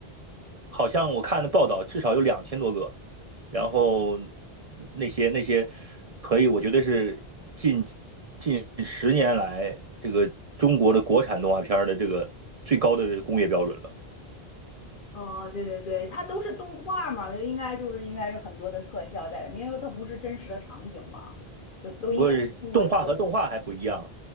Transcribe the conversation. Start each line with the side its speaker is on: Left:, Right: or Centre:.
Right: 好像我看的报道至少有两千多个，然后那些那些可以，我觉得是近近十年来这个中国的国产动画片儿的这个最高的工业标准了。
Left: 哦，对对对，它都是动画嘛，应该就是应该是很多的特效在里面，因为它不是真实的场景嘛，就都应该都通过这个来。
Right: 不是动画和动画还不一样，